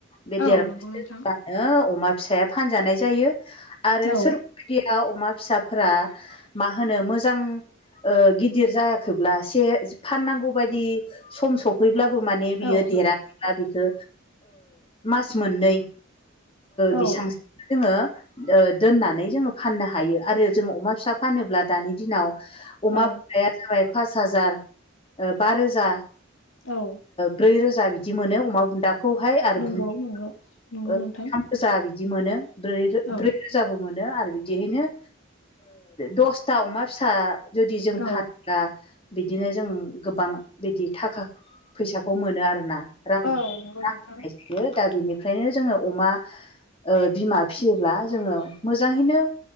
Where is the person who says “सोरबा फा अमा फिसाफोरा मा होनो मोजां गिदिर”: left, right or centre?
Left